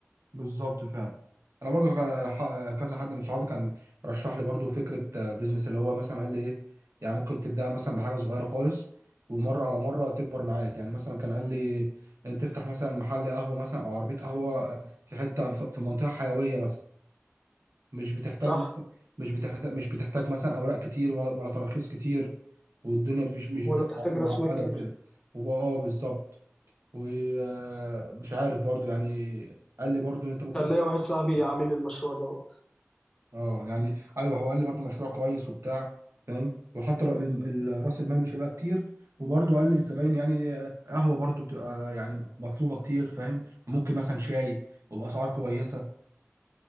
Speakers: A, on the right; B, on the left.
A: بالظبط فعلا انا برضو غ- ح- كذا حد من صحابي كان رشح لي برضو فكره آه، بيزنس اللي هو مثلا قال لي ايه يعني ممكن تبدا مثلا
B: م.
A: بحاجه صغيره خالص ومره على مره تكبر معاك يعني مثلا كان قال لي ان تفتح مثلا محل قهوه مثلا او عربيه قهوه آه، في حته ف- في منطقه حيويه مثلا مش بتحتاج
B: صح
A: مثلا مش بتحتاج مش بتحتاج مثلا اوراق كتير ولا, ولا تراخيص كتير والدنيا بت- مش مش بتبقى
B: ولا بتحتاج
A: معقده
B: رأس مال كبير
A: وكده وبقى اه بالظبط ومش عارف برضو يعني قال لي برضو ان انت ممكن
B: كان ليا واحد صاحبي عامل المشروع ده
A: اه يعني ايوه هو قال لي برضو مشروع كويس وبتاع فاهم وحتى ر- ال- ال- راس المال مش هيبقى كتير وبرضو قال لي الزباين يعني آه، قهوه برضو بتبقى يعني مطلوبه كتير فاهم ممكن مثلا شاي وباسعار كويسه